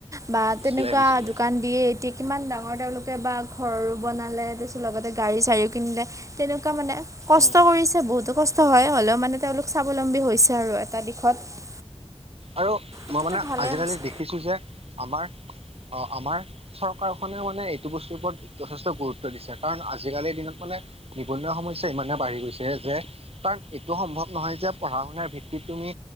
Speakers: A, on the right (about 30°); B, on the right (about 75°).
A: বা
B: দিছিলে
A: তেনেকুৱা
B: দিছিলে
A: দোকান দিয়ে এতি কিমান ডাঙৰ তেওঁলোকে বা ঘৰ বনালে তাৰ পিছত লগতে গাড়ী চাড়ী কিনিলে তেনেকুৱা মানে কষ্ট
B: উম।
A: কৰিছে বহুতো কষ্ট হয় হলেও মানে তেওঁলোক স্বাৱলম্বী হৈছে আৰু কৰে এটা দিশত
B: আৰু
A: এইটোতো
B: মই মানে
A: ভালেই
B: আজিকালি
A: হৈছে
B: দেখিছো যে আমাৰ অহ আমাৰ চৰকাৰখনেও মানে এইটো বস্তুৰ ওপৰত যথেষ্ট গুৰুত্ব দিছে কাৰণ আজিকালিৰ দিনত দিনত মানে নিবনুৱা সমস্যা ইমানে বাঢ়ি গৈছে যে কাৰণ এইটো সম্ভৱ নহয় যে পঢ়া শুনাৰ ভিওি ভিওি তুমি